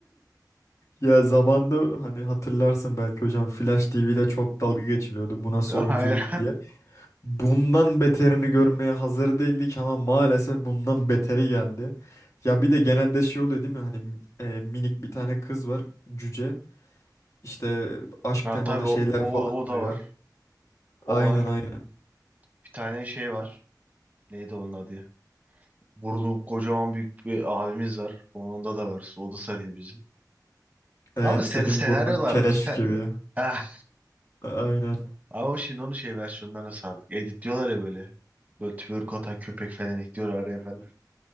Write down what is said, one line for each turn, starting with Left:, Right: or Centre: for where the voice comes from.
Left: Ya zamanda hani hatırlarsın belki hocam Flash TV ile çok dalga geçiliyordu bu nasıl
Right: <laughs>
Left: oyunculuk
Right: Aynen.
Left: diye. Bundan beterini görmeye hazır değildik ama maalesef bundan beteri geldi. Ya bir de genelde şey oluyor değil mi? Hani e, minik bir tane kız var cüce. İşte aşk
Right: Ha
Left: temalı
Right: tabii
Left: şeyler
Right: o, o,
Left: falan
Right: o da
Left: oluyor.
Right: var. O
Left: Aynen
Right: var.
Left: aynen.
Right: Bir tane şey var. Neydi onun adı ya? Burada kocaman büyük bir abimiz var. Onda da var. O da sarıyor bizi.
Left: Evet
Right: Ama sen,
Left: senin
Right: senaryolar
Left: burnun keleş
Right: sen
Left: gibi.
Right: <laughs> Ah,
Left: Aynen.
Right: ama şimdi onun şey versiyonlarına sardık. Editliyorlar ya böyle. Böyle twerk atan köpek falan ekliyorlar araya falan.